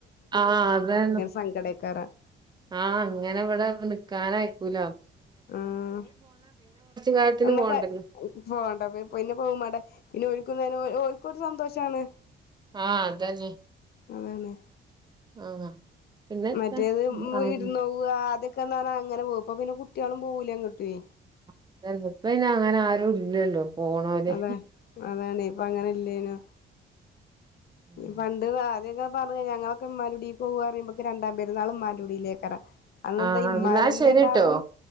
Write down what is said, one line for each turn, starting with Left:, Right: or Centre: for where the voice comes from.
Right: ആഹ് അതാണ്
Left: സങ്കടേക്കാരം
Right: ആഹ് അങ്ങനെവിടെ കാണായിക്കൂല
Left: ഉം
Right: കാലത്തിന്
Left: നമ്മ
Right: പോണ്ടല്ലോ
Left: പോവണ്ട പിന്നെ പോവും പാടെ പിന്നെ ഒഴുക്കുന്ന ഒഴു ഒരു സന്തോഷാണ്
Right: ആഹ് അതന്നെ
Left: അതാണ്
Right: ആഹ് പിന്നെത്താ
Left: മറ്റേത്
Right: ആഹ്
Left: ഇരുന്നോവുക അത് ന്നൊക്കെ പറഞ്ഞാ അങ്ങനെ പോകും ഇപ്പ പിന്നെ കുട്ടികളും പോകൂല എങ്ങോട്ടുവേ
Right: ഉണ്ടായിരുന്നു ഇപ്പ അങ്ങനെ ആരും ഇല്ലല്ലോ പോണോല്
Left: അതെ അതാണ് ഇപ്പൊ അങ്ങനെ ഇല്ലേനു
Right: ഉം
Left: ഈ പണ്ട് ആദ്യൊക്കെ പറഞ്ഞ ഞങ്ങളൊക്കെ ഉ്മാൂടിൽ പോവുയുമ്പൊെ രണ്ടാം പെരുന്നാള് ഉ്മാലുടിയിലേക്ക്ക്കറാം അന്നെന്താ
Right: ആഹ്
Left: ഇമ്മാരന്നെ
Right: എന്നാ ശരിട്ടോ
Left: ഉണ്ടാവും